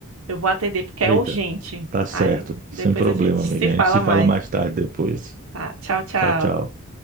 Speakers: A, on the right (about 80°); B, on the right (about 35°).
A: eu vou atender porque
B: Eita,
A: é urgente.
B: tá certo,
A: Aí
B: sem
A: depois
B: problema,
A: a gente se
B: amiga.
A: fala
B: A gente se fala
A: mais.
B: mais tarde depois.
A: Tá? Tchau, tchau.
B: Tchau, tchau.